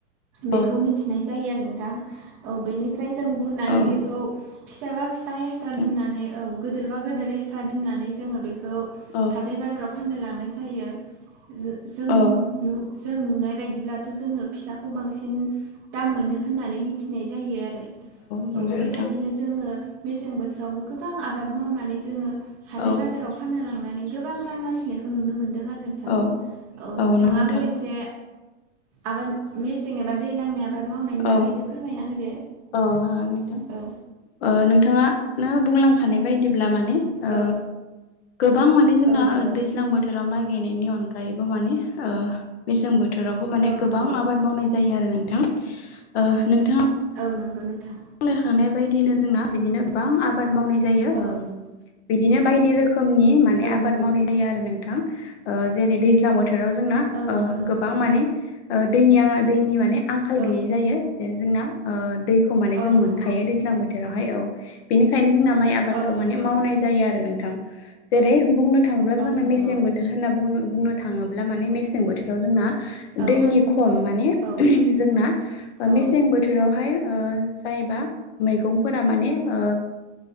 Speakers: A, on the right (about 30°); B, on the left (about 55°).
A: बेखौ
B: औ
A: मिथिनाय जायो आरोना। नोंथां औ बेनिफ्राय जों बुरनानै
B: औ
A: बेखौ फिसा बा फिसा एक्सट्रा
B: नोंथां
A: दोननानै औ गोदोरबा गोदोर एक्सट्रा दोननानै जोङो बेखौ
B: औ
A: हाथाय बाजाराव फाननो लांनाय जायो जो-जों न'
B: औ
A: जों नुनाय बायदिब्लाथ' जोङो फिसाखौ बांसिन दाम मोनो होननानै मिथिनाय जायो आरो।
B: नंगौ
A: औ
B: नोंथां
A: बेबायदिनो जोङो मेसें बोथोरावबो गोबां आबाद मावनानै जोङो हाथाइ
B: औ
A: बाजाराव फानना लांनानै गोबां रां आरजिनायखौ नुनो मोनो। नोङा नोंथां
B: औ
A: औ नोंथाङोबो
B: नंगौ नोंथां
A: इसे आबाद मेसें एबा दैज्लांनि आबाद मावनायनि बागैसो
B: औ
A: फोरमायना होदो।
B: औ हागोन नोंथां।
A: औ
B: ओ नोंथाङा नो बुंलांखानाय बायदिब्ला माने ओ
A: औ
B: गोबां माने जोंना
A: औ नंगौ
B: दैज्लां बोथोराव माइ बेनिनि अनगायैबो माने ओ मेसें बोथो थोरावबो माने
A: औ
B: गोबां
A: नंगौ
B: आबाद मावनाय जायो आरो नोंथां। ओ नोंथाङा
A: औ नोंगौ नोंथां।
B: बुंलांखानाय बायदिनो जोंना बिदिनो गोबां आबाद मावनाय जायो।
A: औ
B: बिदिनो बायदि रोखोम खोमनि माने
A: औ
B: आबाद
A: नंगौ
B: मावनाय जायो आरो नोंथां। ओ जेरै दैज्लां बोथ बोथोराव जोंना
A: औ
B: ओ
A: नंगौ
B: गोबां माने दैनि दैनि माने आंखाल
A: औ
B: गैयि जायो जेन जोंना ओ दैखौ माने
A: औ
B: जों मोनखायो
A: नंगौ
B: दैज्लां बोथोरावहाय औ बेनिखायनो जोंना माइ आबादखौ
A: औ नंगौ
B: माने मावनाय जायो आरो नोंथां जेरै बुंनो थाङोब्ला
A: औ
B: जोंना
A: नंगौ
B: मेसें बोथोर होनना बुङो बुंनो थाङोब्ला माने मेसें बोथोराव जोंना दैनि
A: औ
B: खम माने
A: औ
B: जोंना मेसें
A: औ
B: बोथोरावहाय ओ जायोबा मैगंफोरा माने ओ